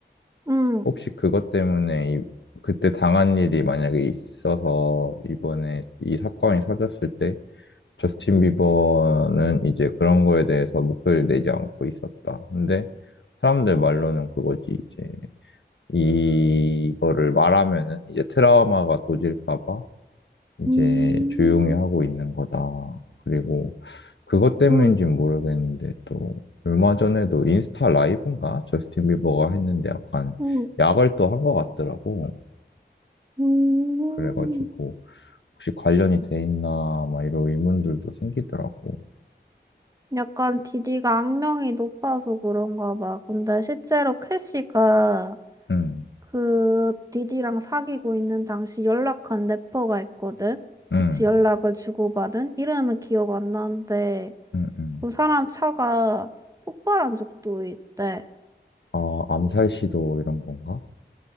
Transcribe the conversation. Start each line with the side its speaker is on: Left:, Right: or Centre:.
Right: 응
Left: 혹시 그것 때문에 이- 그때 당한 일이 만약에 있어서 이번에 이 사건이 터졌을 때 저스틴 비버는 이제 그런 거에 대해서 목소리를 내지 않고 있었다. 근데 사람들 말로는 그거지 이제 이거를 말하면은 이제 트라우마가 도질까 봐 이제
Right: 음,
Left: 조용히 하고 있는 거다. 그리고 그것 때문인지는
Right: 음,
Left: 모르겠는데 또 얼마 전에도 인스타 라이브인가? 저스틴 비버가 했는데 약간
Right: 음,
Left: 약을 또 한 것 같더라고.
Right: 음.
Left: 그래가지고 혹시 관련이 돼 있나 막 이런 의문들도 생기더라고.
Right: 약간 디디가 악명이 높아서 그런가 봐. 근데 실제로 캐시가
Left: 응,
Right: 그 디디랑 사귀고 있는 당시 연락한 래퍼가 있거든? 같이
Left: 응,
Right: 연락을 주고받은? 이름은 기억 안 나는데
Left: 응, 응.
Right: 그 사람 차가 폭발한 적도 있대.
Left: 아, 암살 시도 이런 건가?